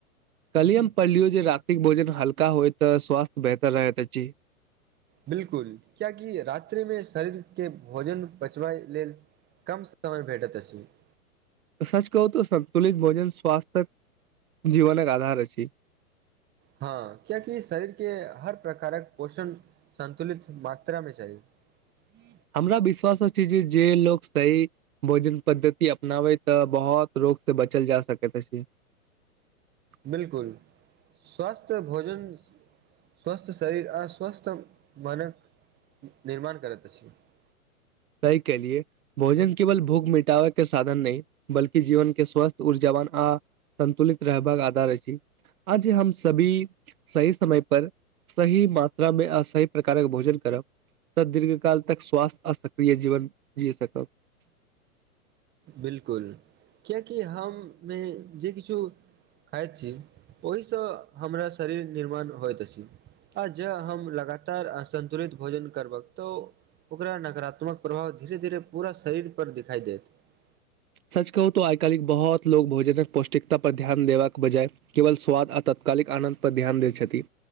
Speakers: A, on the right; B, on the right.
A: कलियम पढ़लियौ जे रातिक भोजन हल्का होय तऽ स्वास्थ्य बेहतर रहैत अछि। <unintelligible>
B: बिलकुल कियाकि रात्रिमे शरीरके भोजन पचबै लेल कम समय भेटैत अछि। <unintelligible>
A: सच कहू तऽ सतुलित भोजन स्वास्थ्य जीवनकक आधार अछि। <unintelligible>
B: हँ कियकि शरीरके हर प्रकारक पोषण संतुलित मात्रामे चाही। <unintelligible>
A: हमरा विश्वास छै जे जे लोक सही भोजन पद्धति अपनाबै तऽ बहुत रोगसँ बचल जा सकैत अछि कि। <unintelligible>
B: बिलकुल स्वस्थ भोजन स्वस्थ शरीर आ स्वस्थ मनक निर्माण करैत अछि। <unintelligible>
A: सही केेलि भोजन केवल भूख मिटाबै के साधन नहि बल्ि जीवन के स्वस्थ ऊर्जाावान आ संन्तुलित रहबाक आधार अछि। <unintelligible> आज हम सभी। <unintelligible> सही समय पर सही मात्रा मे आ सही प्रकारक भोजन करब तऽ दीर्घ काल तक स्वास्थ्य अशक। <unintelligible> प्रिय जीवन जी सकब। <unintelligible>
B: बिलकुल किियकि हममे जे किछु खाइत छी ओहिसँ हमरा शरीर निर्माण होइत अछि आ जँ हम लगातारसन्तुलित भोजन करबक तऽ ओकरा नकारात्मक प्रभाव धीरे धीरे पूरा शरीरपर दिखाइ देत। <unintelligible>
A: सच कहू तो आइ कालहि बहुत लोग भोजन। <unintelligible> पौष्टिकता पर ध्यान देबाक बजाय केवल स्वाद आ तात्कालिक आनन्द परर ध्यान दैत छथि